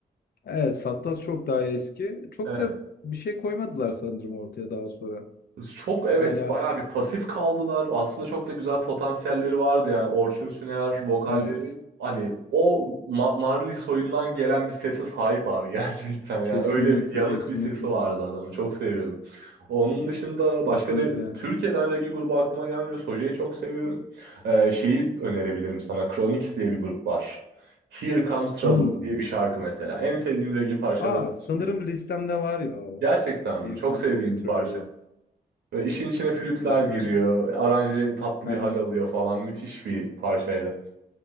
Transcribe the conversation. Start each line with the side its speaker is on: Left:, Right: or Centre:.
Left: Evet Sattas çok daha eski. Çok
Right: Evet.
Left: da bir şey koymadılar sanırım ortaya daha sonra.
Right: Çok evet
Left: Hala
Right: bayağı bir pasif kaldılar. Aslında çok da güzel potansiyelleri vardı yani. Orçun Süner vokalleri
Left: evet.
Right: hani o Ma- Marley soyundan gelen bir sese sahip abi <laughs> gerçekten yani.
Left: Kesinlikle
Right: Öyle bir yanık
Left: kesinlikle.
Right: bir sesi vardı adamı. Çok seviyordum. Onun dışında başka
Left: Kesinlikle.
Right: da Türkiye'den reggae grubu aklıma gelmiyor. Soja'yı çok seviyorum. Ee, şeyi önerebilirim sana. Chronix diye bir grup var. Here Comes Trouble
Left: Hmm.
Right: diye bir şarkı mesela. En sevdiğim reggae parçalarından
Left: Aa sanırım
Right: biri.
Left: listemde var ya.
Right: Gerçekten
Left: Here
Right: mi? Çok
Left: comes
Right: sevdiğim
Left: the
Right: bir
Left: trouble.
Right: parça. Böyle işin içine flütler
Left: Bakıyor.
Right: giriyor. Aranje tatlı
Left: Aha.
Right: bir hal alıyor falan. Müthiş bir parçaydı.